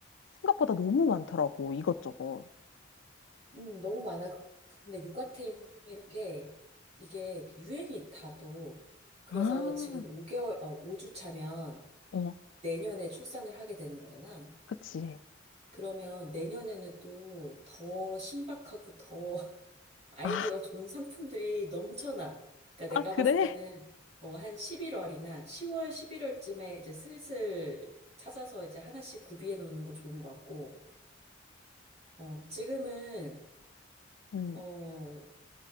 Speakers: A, on the left (about 70°); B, on the right (about 35°).
A: 생각보다 너무 많더라고 이것저것.
B: 음, 너무 많아. 근데 육아템이라는 게 이게 유행이 다도 그래서
A: 아,
B: 지금 5개월, 어, 5주 차면
A: 어,
B: 내년에 출산을 하게 되는 거잖아.
A: 그치.
B: 그러면 내년에는 또 더 신박하고 더 아이디어
A: 아,
B: 좋은 상품들이 넘쳐나. 그러니까
A: 아
B: 내가
A: 그래?
B: 봤을 때는 어, 한 11월이나 10월, 11월쯤에 이제 슬슬 찾아서 이제 하나씩 구비해 놓는 거 좋은 것 같고, 어, 지금은
A: 음,
B: 어,